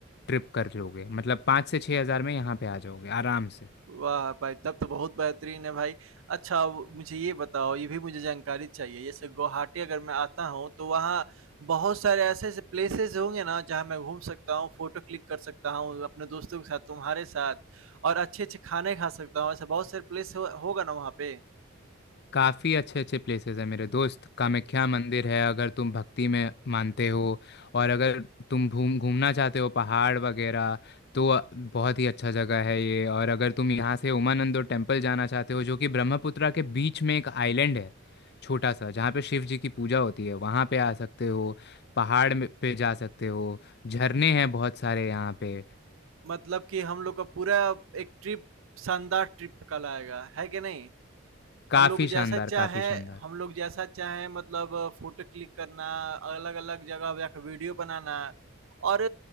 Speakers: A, on the left; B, on the right.
A: ट्रिप कर लोगे मतलब पाँच से छः हज़ार में यहाँ पे आ जाओगे आराम से
B: वाह भाई! तब तो बहुत बेहतरीन है भाई। अच्छा अब मुझे ये बताओ, ये भी मुझे जानकारी चाहिए, जैसे गुवाहाटी अगर मैं आता हूँ, तो वहाँ बहुत सारे ऐसे-ऐसे प्लेसेस होंगे ना, जहाँ मैं घूम सकता हूँ, फ़ोटो क्लिक कर सकता हूँ अपने दोस्तों के साथ, तुम्हारे साथ और अच्छे-अच्छे खाने खा सकता हूँ, ऐसा बहुत सारे प्लेस हो होगा ना वहाँ पे?
A: काफ़ी अच्छे अच्छे प्लेसेस हैं मेरे दोस्त कामाख्या मंदिर है अगर तुम भक्ति में मानते हो और अगर तुम घूम घूमना चाहते हो पहाड़ वगैरह तो बहुत ही अच्छा जगह है ये और अगर तुम यहाँ से उमानंदो टेम्पल जाना चाहते हो जो कि ब्रह्मपुत्रा के बीच में एक आइलैंड है छोटा सा जहाँ पे शिव जी की पूजा होती है वहाँ पे आ सकते हो पहाड़ में- पे जा सकते हो झरने हैं बहुत सारे यहाँ पे
B: मतलब कि हम लोग का पूरा एक ट्रिप शानदार ट्रिप कहलाएगा, है कि नहीं?
A: काफ़ी
B: हम लोग जैसा
A: शानदार
B: चाहे
A: काफ़ी शानदार
B: हम लोग जैसा चाहे मतलब फ़ोटो क्लिक करना, अलग-अलग जगह जाके वीडियो बनाना और